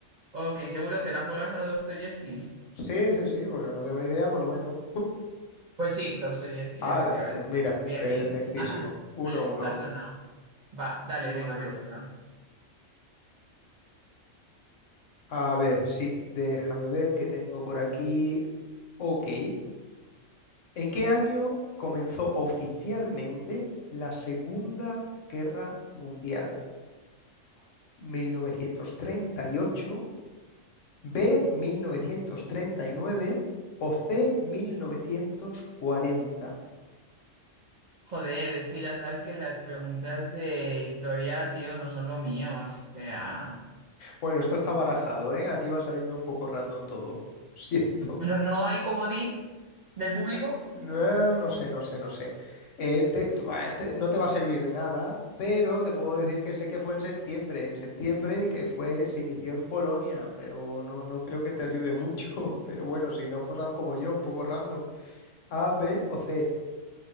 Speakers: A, on the right; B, on the left.
A: Ok, seguro te la juegas a Dostoyevsky.
B: Sí, sí, sí, porque no tengo ni idea, pues bueno.
A: Pues sí, Dostoyevsky,
B: Hala,
A: efectivamente.
B: pues mira,
A: Bien,
B: perfectísimo.
A: bien. <laughs>
B: Uno, uno,
A: Te has ganado. Va, dale,
B: uno,
A: venga,
B: uno.
A: me toca.
B: A ver, sí, déjame ver qué tengo por aquí. Ok. ¿En qué año comenzó oficialmente la Segunda Guerra Mundial? ¿1938, B, 1939 o C, 1940?
A: Joder, es que ya sabes que las preguntas de historia, tío, no son lo mío. O sea,
B: Bueno, esto está barajado, ¿eh? Aquí va saliendo un poco random todo. <laughs> Siento.
A: ¿no, no hay comodín del público?
B: No, no sé, no sé, no sé. Eh, te- te- va- te- no te va a servir de nada, pero te puedo decir que sé que fue en septiembre, en septiembre y que fue, se inició en Polonia, pero no, no creo que te ayude mucho. <laughs> Pero bueno, si no, pues haz como yo, un poco random. A, B o C.